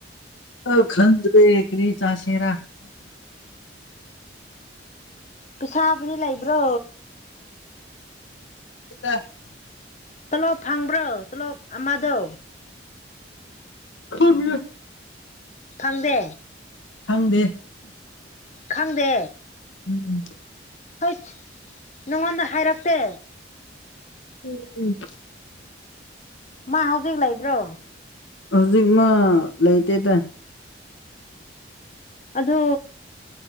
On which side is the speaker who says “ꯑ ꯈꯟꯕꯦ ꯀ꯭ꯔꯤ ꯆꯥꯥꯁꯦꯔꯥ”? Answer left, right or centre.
Left